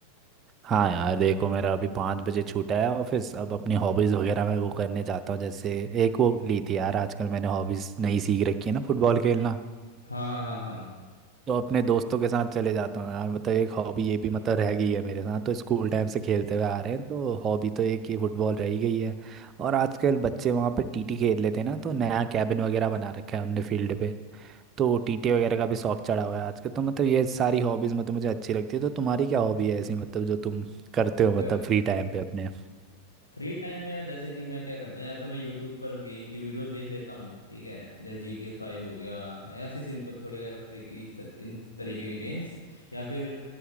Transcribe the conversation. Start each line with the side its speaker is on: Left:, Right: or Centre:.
Right: हाँ यार देखो मेरा अभी पाँच बजे छूटा है ऑफिस अब अपनी हॉबीज़ वगैरह मैं वो करने जाता हूँ जैसे एक वो ली थी यार आजकल मैंने हॉबीज़ नई सीख रखी है ना फुटबॉल खेलना
Left: हाँ हाँ हाँ हाँ
Right: तो अपने दोस्तों के साथ चले जाता हूँ यार मतलब एक हॉबी ये भी मतलब रह गई है मेरे साथ तो स्कूल टाइम से खेलते हुए आ रहे हैं तो हॉबी तो एक ही फुटबॉल रह ही गई है और आजकल बच्चे वहाँ पे टीटी खेल लेते हैं ना तो नया कैबिन वगैरह बना रखा है उनने फील्ड पे तो टीटे वगैरह का भी शौक चढ़ा हुआ है आजकल तो मतलब ये सारी हॉबीज मतलब मुझे अच्छी लगती है तो तुम्हारी क्या हॉबी है ऐसी मतलब जो तुम करते हो
Left: वे-
Right: मतलब फ्री टाइम पे अपने
Left: फ्री टाइम में यार जैसे कि मैं क्या करता हूँ या तो मैं यूट्यूब पर गेम की वीडियोस देख लेता हूँ ठीक है जैसे जी टी ए फाइव हो गया या ऐसे सिंपल थोड़े अलग तरीके इन तरीके के गेम्स या फिर